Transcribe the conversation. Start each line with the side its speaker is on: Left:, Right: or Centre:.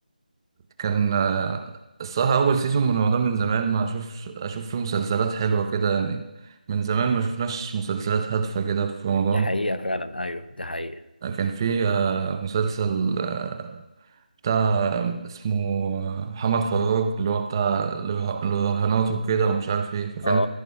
Right: كان آه، الصراحه اول سيزون من رمضان من زمان ما اشوفش اشوف فيه مسلسلات حلوه كده يعني من زمان ما شفناش مسلسلات هادفه كده في رمضان
Left: دي حقيقه فعلا ايوه دي حقيقه
Right: كان في آه، مسلسل آه، بتاع اسمه محمد فراج اللي هو بتاع الره- الرهانات وكده ومش عارف ايه فكان
Left: اه